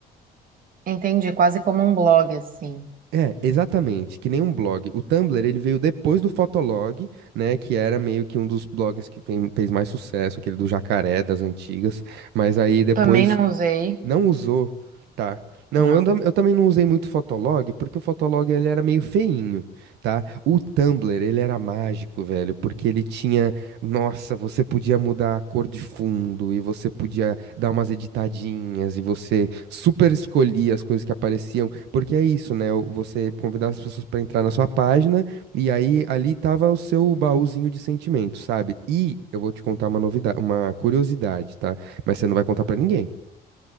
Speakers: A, on the right (about 55°); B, on the right (about 80°).
A: Entendi, quase como um blog, assim.
B: É, exatamente, que nem um blog. O Tumblr, ele veio depois do Fotolog, né, que era meio que um dos blogs que fe- fez mais sucesso, aquele do jacaré das antigas, mas aí depois
A: Também não usei,
B: não usou, tá? Não,
A: não.
B: eu, tam- eu também não usei muito o Fotolog, porque o Fotolog ele era meio feinho, tá? O Tumblr, ele era mágico, velho, porque ele tinha, nossa, você podia mudar a cor de fundo e você podia dar umas editadinhas e você super escolhia as coisas que apareciam, porque é isso, né? o- Você convidava as pessoas pra entrar na sua página e aí ali tava o seu baúzinho de sentimentos, sabe? E eu vou te contar uma novidade, uma curiosidade, tá? Mas você não vai contar pra ninguém.